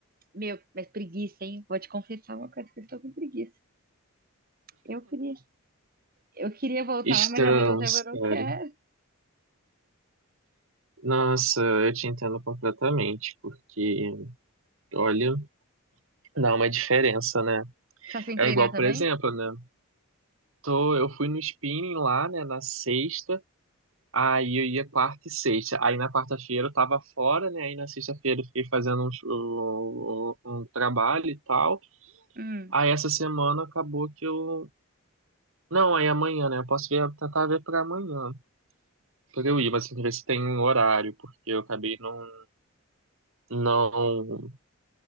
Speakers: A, on the right (about 40°); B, on the right (about 65°).
A: Meu, mas preguiça, hein? Vou te confessar uma coisa que eu estou com preguiça. Eu queria, eu queria voltar,
B: Estamos,
A: mas ao mesmo tempo eu
B: cara.
A: não quero.
B: Nossa, eu te entendo completamente, porque, olha, dá uma diferença, né?
A: Só sem
B: É
A: treinar
B: igual,
A: também?
B: por exemplo, né? Tô, eu fui no spinning lá, né, na sexta, aí eu ia quarta e sexta. Aí na quarta-feira eu tava fora, né? Aí na sexta-feira eu fiquei fazendo um, um, um um trabalho e tal.
A: Hum.
B: Aí essa semana acabou que eu. Não, aí amanhã, né? Eu posso ver, tentar ver pra amanhã, pra eu ir, mas tem que ver se tem um horário, porque eu acabei não, não,